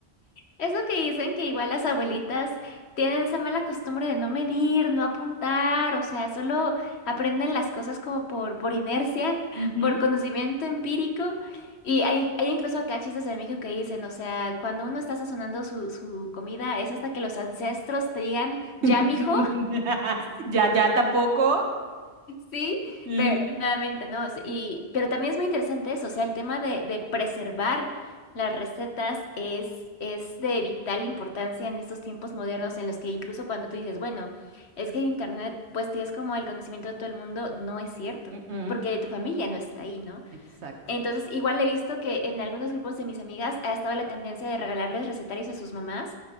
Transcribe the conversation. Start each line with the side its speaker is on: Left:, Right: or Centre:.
Left: Es lo que dicen que igual las abuelitas tienen esa mala costumbre de no medir, no apuntar, o sea, solo aprenden las cosas como por, por inercia, <laughs>
Right: Ujú.
Left: por conocimiento empírico. Y hay, hay incluso acá chistes de México que dicen, o sea, cuando uno está sazonando su, su comida, es hasta que los ancestros te digan, ya,
Right: <laughs>
Left: mijo,
Right: Ya, ya tampoco.
Left: Sí,
Right: Ujú.
Left: pero, pero nuevamente, ¿no? Sí, Y, pero también es muy interesante eso, o sea, el tema de, de preservar las recetas es, es de vital importancia en estos tiempos modernos en los que incluso cuando tú dices, bueno, es que en Internet pues tienes como el conocimiento de todo el mundo, no es cierto,
Right: Mm, mm,
Left: porque tu familia no está ahí, ¿no?
Right: Exacto.
Left: Entonces, igual he visto que en algunos grupos de mis amigas ha estado la tendencia de regalarles recetarios a sus mamás